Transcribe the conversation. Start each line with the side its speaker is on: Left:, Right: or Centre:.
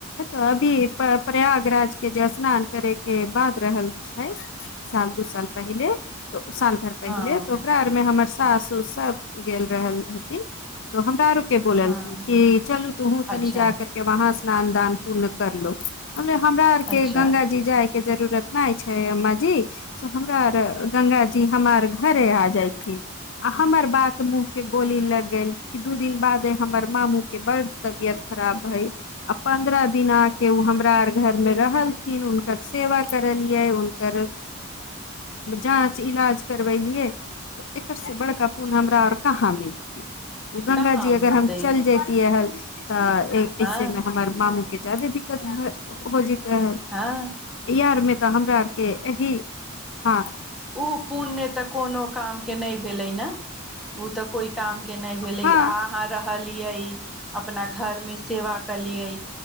Left: तऽ अभी प्रयागराज के जे स्नान करय के बाद रहल छै साल दू साल पहिले त साल भरि पहिले
Centre: हँ
Left: तऽ ओकरा आरमे हमर सासस सब गेल रहल हथिन तऽ हमरा आर के बोलल
Centre: हँ
Left: ती क चलू तूहू
Centre: अच्छा
Left: तनी जा करके वहाँ से स्नान दान पूर्ण करलोथ हमे हमरा आर के
Centre: अच्छा
Left: गंगा जी जाय के जरूरत नहि छै अम्माजी से हमरा आर गंगा जी हमार घरे आ जाय ठीक आ हमर बात मुँह के बोली लग गेल दू दिन बादे हमर मामू के बड़ तबियत खराब हय आ पन्द्रह दिना के उ हमरा घरमे रहलथिन हुनकर सेवा करलियै हुनकर जाँच इलाज करबेलियै एकर से बड़का पुन हमरा आऔर कहाँ मिल अ गङ्ंगा
Centre: कहाँ
Left: जी अगर
Centre: मिलतै
Left: हम चल जेतीय हल ह तऽ इसे
Centre: आँ
Left: में हमर मामू के जाादे दिक द होजी <inaudible> त
Centre: हँ
Left: इहरमे तऽ हमरा आरके एहिही हँ
Centre: ओ पुण्य तऽ कोनो काम के नहि भेलै ने ओ तऽ कोइ काम के नहि भेलै
Left: हँ
Centre: अहाँ खलिए आइ अपना घरमे सेवा केलियै